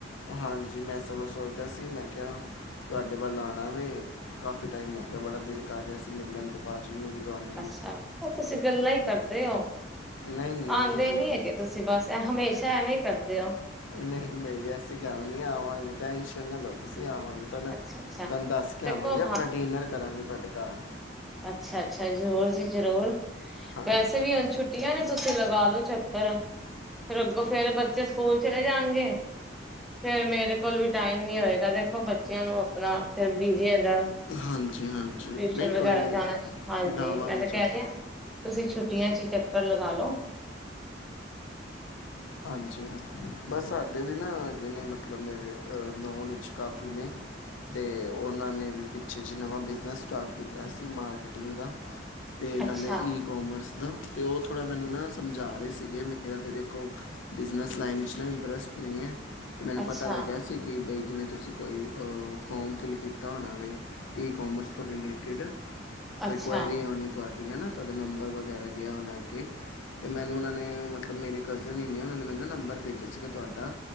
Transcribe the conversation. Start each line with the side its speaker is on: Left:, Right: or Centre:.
Left: ਹਾਂਜੀ ਮੈਂ ਸਗੋਂ ਸੋਚਦਾ ਸੀ ਮੈਂ ਕਿਆ ਤੁਆਡੇ ਵੱਲ ਆਣਾ ਵੇ। ਕਾਫੀ ਟਾਈਮ ਹੋ ਗਿਆ ਬੜਾ ਦਿਲ ਕਰ ਰੇਆ ਸੀਂ ਮਿਲਣ ਤੇ ਪਾ ਜਿਵੇਂ ਵੀ ਤੁਆਨੂੰ
Centre: ਅੱਛਾ, ਓ ਤੁਸੀ ਗੱਲਾਂ ਈ ਕਰਦੇ ਓ,
Left: ਨਹੀਂ ਨਹੀਂ
Centre: ਆਦੇ ਨੀ ਹੈਗੇ। ਤੁਸੀ ਬਸ ਐ ਹਮੇਸ਼ਾ ਐਵੇਂ ਈ ਕਰਦੇ ਓ?
Left: ਨਹੀਂ ਨਈ ਐਸੀਂ ਗੱਲ ਨੀ ਐ ਆਵਾਂਗੇ। ਟੈਨਸ਼ਨ ਨਾ ਲੋ ਤੁਸੀ ਆਵਾਂਗੇ। ਤਾਨੂੰ
Centre: ਅੱਛਾ ਅੱਛਾ
Left: ਤੁਆਨੂੰ ਦੱਸ ਕੇ
Centre: ਦੇਖੋ
Left: ਆਵਾਂਗੇ ਆਪਣਾ ਡਿਨਰ ਕਰਾਂਗੇ ਤੁਆਡੇ ਘਾਰ
Centre: ਅੱਛਾ-ਅੱਛਾ ਜਰੂਰ ਜੀ ਜਰੂਰ।
Left: ਹਾਂਜੀ
Centre: ਵੈਸੇ ਵੀ ਹੁਣ ਛੁੱਟੀਆਂ ਨੇ ਤੁਸੀ ਲਗਾ ਲੋ ਚੱਕਰ। ਫੇਰ ਅੱਗੋਂ ਫੇਰ ਬੱਚੇ ਸਕੂਲ ਚਲੇ ਜਾਣਗੇ ਫੇਰ ਮੇਰੇ ਕੋਲ ਵੀ ਟਾਈਮ ਨੀ ਹੋਏਗਾ ਦੇਖੋ ਬੱਚੇਆਂ ਨੂੰ ਆਪਣਾ ਫੇਰ ਬਿਜੀ ਹੈਗੈ।
Left: ਹਾਂਜੀ
Centre: ਟਿਊਸ਼ਨ
Left: ਹਾਂਜੀ ਨਹੀਂ ਕੋਈ
Centre: ਵਗੈਰਾ
Left: ਨਹੀਂ
Centre: ਜਾਨੈ ਹਾਂਜੀ
Left: ਲਾਵਾਂਗੇ
Centre: ਮੈਂ ਤੇ
Left: ਚੁੱਕ
Centre: ਕੈ ਰੀ ਆਂ। ਤੁਸੀ ਛੁੱਟੀਆਂ 'ਚ ਈ ਚੱਕਰ ਲਗਾਾ ਲੋ।
Left: ਹਾਂਜੀ ਹਾਂ ਬਸ ਸਾਡੇ ਵੀ ਨਾ ਓ ਹੈਗੇ ਨੇ ਮਤਲਬ ਮੇਰੇ ਅ ਨੋਨ ਵਿੱਚ ਕਾਫੀ ਨੇ ਤੇ ਓਨਾਂ ਨੇ ਵੀ ਪਿੱਛੇ ਜੀ ਨਵਾਂ ਬਿਜਨਸ ਸਟਾਰਟ ਕੀਤਾ ਸੀ ਮਾਰਕੀਟਿੰਗ ਦਾ। ਤੇ
Centre: ਅੱਛਾ
Left: ਨਾਲੇ ਈ ਕੋਮਰਸ ਦਾ ਤੇ ਓ ਥੋੜਾ ਮੈਨੂੰ ਨਾ ਸਮਝਾ ਰੇ ਸੀਗੇ। ਮੇਰਾ ਤੇ ਦੇਖੋ ਬਿਜਨਸ ਲਾਈਨ 'ਚ ਨਾ ਇੰਟਰਸਟ ਨੀ ਐ ਮੈਨੂੰ
Centre: ਅੱਛਾ
Left: ਪਤਾ ਲੱਗੇਆ ਸੀ ਕਿ ਬਈ ਜਿਵੇਂ ਤੁਸੀ ਕੋਈ ਅ ਫੋਮ ਫਿਲ ਕੀਤਾ ਹੋਣਾ ਵੇ ਈ ਕੋਮਰਸ ਤੋਂ ਰਿਲੇਟਿਡ
Centre: ਅੱਛਾ
Left: ਕੋਈ ਕੁਐਰੀ ਹੋਣੀ ਤੁਆਡੀ ਹੈ ਨਾ ਤੁਆਡਾ ਨੰਬਰ ਵਗੈਰਾ ਗਿਆ ਹੋਨੈ ਅੱਗੇ ਤੇ ਮੈਨੂੰ ਓਨਾਂ ਨੇ ਮਤਲਬ ਮੇਰੇ ਕਜ਼ਨ ਈ ਕੀ ਉਨਾਂ ਨੇ ਮੈਨੂੰ ਨਾ ਨੰਬਰ ਭੇਜਿਆ ਸੀਗਾ ਤੁਆਡਾ